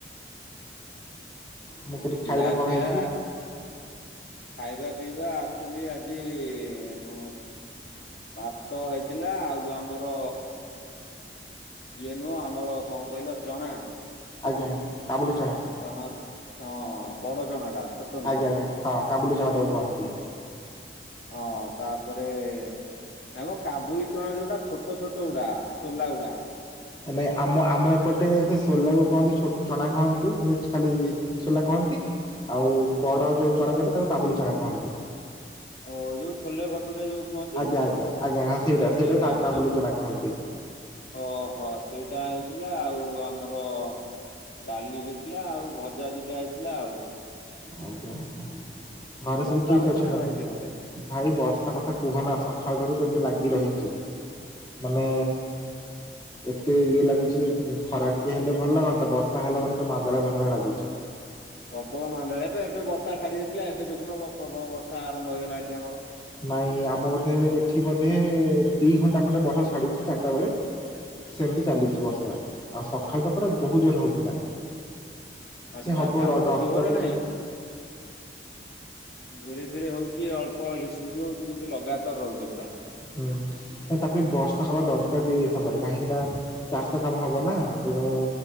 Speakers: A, on the left; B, on the left.
A: ମୁଁ କହିଲି
B: ଖିଆପିଆ
A: ଖାଇବା କଣ ହେଇଛି?
B: ଖାଇବା ପିଇବା ଆକ୍ଚୁଆଲି ଆଜି ମ ଭାତ ହେଇଥିଲା ଆଉ ଯୋଉ ଆମର ଇଏ ନୁହଁ ଆମର କଣ କହିଲ ଚଣା
A: ଆଜ୍ଞା କାବୁଲିଚଣା।
B: ଚଣା ହଁ ବଡ ଚଣା ଟା ଛୋଟ ନୁହଁ।
A: ଆଜ୍ଞା ହଁ। କାବୁଲି ଚଣା ତାକୁ କହନ୍ତି।
B: ହଁ ତାପରେ ନା ମ କାବୁଲି ଚଣା ଯୋଉଟା ଛୋଟ ଛୋଟ ଗୁଡା ସୋଲା ଗୁଡା।
A: ନାଇଁ ଆମ ଆମ ଏପଟେ ସେ ସୋଲାକୁୁ କୁହନ୍ତି ଛୋଟ ଚଣା କହନ୍ତି ମାନେ ଖାଲି ସୋଲା କହନ୍ତି ଆଉ
B: ଆଚ୍ଛା
A: ବଡ଼
B: ଆଚ୍ଛା
A: ଯୋଉ ଚଣା ଜୋଟା ତାକୁ କାବୁଲି ଚଣା କହନ୍ତି।
B: ଓ ଯୋଉ ଛୋଲେ ଭଟୁରେ ଯୋଉ କୁହନ୍ତି
A: ଆଜ୍ଞା
B: ସେ
A: ଆଜ୍ଞା ଆଜ୍ଞା ହଁ
B: ସେଇଟା
A: କା
B: ହଁ
A: କାବୁଲି
B: ହଁ
A: ଚଣା
B: ହଁ।
A: କହନ୍ତି
B: ଓହୋ ସେଇଟା ହେଇଥିଲା ଆଉ ଆମର ଡାଲି ହୋଇଥିଲା ଆଉ ଭଜା ଦିଟା ହେଇଥିଲା ଆଉ।
A: ଆଜ୍ଞା ଆଜ୍ଞା ଘରେ
B: ବର୍ଷା
A: ସବୁ କିଏ
B: ହଉଛି
A: କିଏ ଅଛନ୍ତି
B: ନା
A: ଆପଣଙ୍କର?
B: ଭାଇ ସେପଟେ
A: ଭାଇ ବର୍ଷା କଥା କୁହନା ସକାଳ ଠାରୁ ସେମିତି ଲାଗି ରହିଛି। ମାନେ ଏତେ ଇଏ ଲାଗୁଛି ଯେ ଖରା ଟିକେ ହେଲେ ଭଲ ଲାଗନ୍ତା ବର୍ଷା ହେଲା ମାନେ ପୁରା ମାନ୍ଦଳା ମାନ୍ଦଳା ଲାଗୁଛି।
B: ପ୍ରବଳ ମାନ୍ଦାଳିଆ ତ ଏବେ ଏବେ ବର୍ଷା ଛାଡି ଯାଇଥିଲା ଏବେ ଦେଖୁନ ପ୍ରବଳ ବର୍ଷା ଆରମ୍ଭ ହେଇଗଲା ଏଠି ଆମର।
A: ନାଇଁ ଆମ ବୋଧେ ଏଠି ବୋଧେ ଦି ଘଣ୍ଟା ଖଣ୍ଡେ ବର୍ଷା ଛାଡିଛି ଚାରିଟା ବେଳେ। ସେମିତି
B: ହୁଁ
A: ଚାଲିଛି
B: ହୁଁ ହୁଁ
A: ବର୍ଷା ଆଉ ସକାଳୁ ତ ପୁରା ବହୁତ ଜୋର ହଉଥିଲା।
B: ଆଚ୍ଛା
A: ସେ ହବ
B: ଆଚ୍ଛା ଆମର
A: ଆ ଦଶ
B: ଜୋରରେ
A: ତାରିଖ
B: ନାହିଁ ଧୀରେ ଧୀରେ ହଉଛି ଅଳ୍ପ ଝିପି ଝିପି ହଉଛି କିନ୍ତୁ ଲଗାତାର ରହୁଛି ପୁରା।
A: ହୁଁ। ତାପରେ ବର୍ଷା ହବା ଦରକାର ବି ଏ ସମୟରେ କାହିଁକି ନା ଚାଷ କାମ ହବ ନା ତେଣୁ